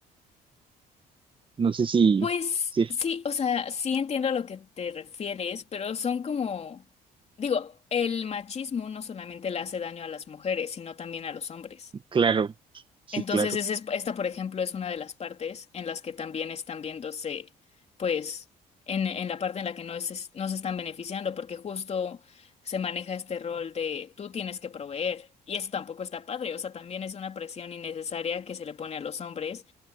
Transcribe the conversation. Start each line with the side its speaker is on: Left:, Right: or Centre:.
Right: No sé si,
Left: Pues
Right: sí,
Left: sí, o sea, sí entiendo a lo que te refieres, pero son como, digo, el machismo no solamente le hace daño a las mujeres, sino también a los hombres.
Right: claro, sí,
Left: Entonces,
Right: claro.
Left: esa es- esta, por ejemplo, es una de las partes en las que también están viéndose, pues, en, en la parte en la que no, es no se están beneficiando, porque justo se maneja este rol de tú tienes que proveer, y eso tampoco está padre, o sea, también es una presión innecesaria que se le pone a los hombres